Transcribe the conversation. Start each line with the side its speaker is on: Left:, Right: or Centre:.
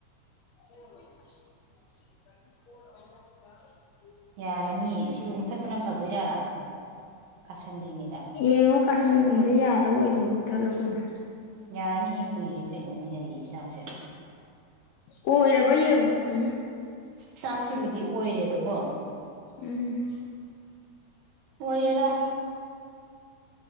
Left: <unintelligible>
Right: ꯌꯥꯔꯅꯤ ꯁꯤꯕꯨ ꯃꯨꯊꯠꯄꯅ ꯐꯗꯣꯏꯖꯥꯔꯥ ꯀꯥꯁꯟꯗ꯭ꯔꯤꯉꯩꯗ
Left: ꯌꯦꯡꯉꯣ ꯀꯥꯁꯟꯉꯩꯗ ꯌꯥꯗꯕ ꯑꯣꯏꯗꯦ ꯄꯤꯊꯠꯂꯨ ꯀꯩꯅꯣ
Right: ꯌꯥꯔꯅꯤ ꯍꯦꯛ ꯀꯨꯏꯔꯦ ꯀꯩꯅꯣ ꯑꯣꯏꯅ ꯌꯥꯏꯔ ꯆꯥꯛꯁꯦ
Left: ꯑꯣꯏꯔꯕ ꯌꯦꯡꯉꯣ ꯐꯖꯅ
Right: ꯆꯥꯛꯁꯤꯕꯨꯗꯤ ꯑꯣꯏꯔꯦꯕꯀꯣ
Left: ꯎꯝ <unintelligible>
Right: ꯑꯣꯏꯔꯦꯗ